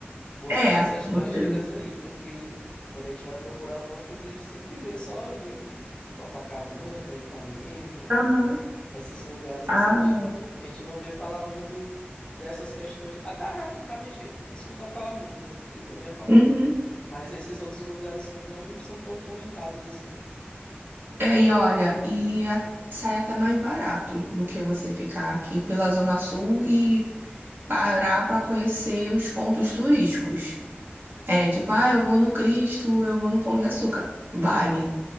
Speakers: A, on the left; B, on the right.
A: Vou
B: É,
A: seguir essas tuas
B: você.
A: dicas aí, porque quando a gente vai procurar alguma coisa, a gente sempre vê só de Copacabana, Ipanema,
B: Aham,
A: esses lugares
B: ah,
A: assim, a gente não, a gente não vê falar muito dessas questões. Até Arraial do Cabo a gente escuta falar muito, né? Porque também é famoso.
B: uhum.
A: Mas esses outros lugares não são tão comentados assim.
B: É, e olha, e a- sai até mais barato do que você ficar aqui pela Zona Sul e parar para conhecer os pontos turísticos. É tipo, ah, eu vou no Cristo, eu vou no Pão de Açúcar. Vale.